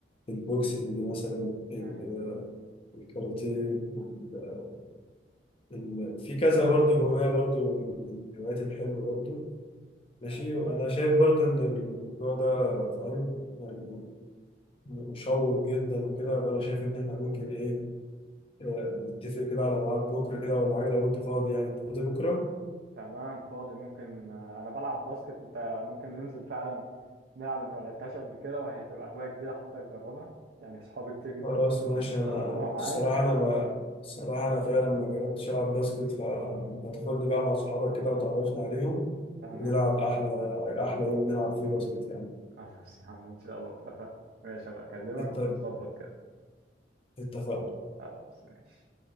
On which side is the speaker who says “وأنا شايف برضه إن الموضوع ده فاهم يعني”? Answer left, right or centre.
Left